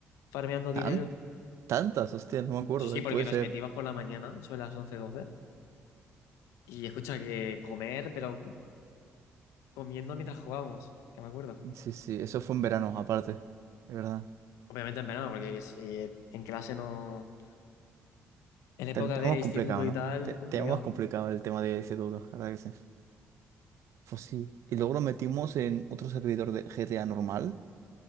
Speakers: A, on the left; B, on the right.
A: farmeando
B: ¿Tan?
A: dinero.
B: Tantas, hostia, no me acuerdo,
A: Sí, sí,
B: ¿eh?
A: porque
B: Puede
A: nos
B: ser.
A: metimos por la mañana, sobre las 11 12 y escucha que comer, pero comiendo mientras jugábamos, que me acuerdo.
B: Sí, sí, eso fue en verano, aparte. Es verdad.
A: Obviamente en verano, porque si en clase no... En época
B: Te- Tenemos
A: de instituto
B: complicado,
A: y
B: ¿no?
A: tal,
B: Te-
A: complicado.
B: Tenemos complicado el tema de ese todo, la verdad que sí. Pues sí. Y luego lo metimos en otro servidor de GTA normal,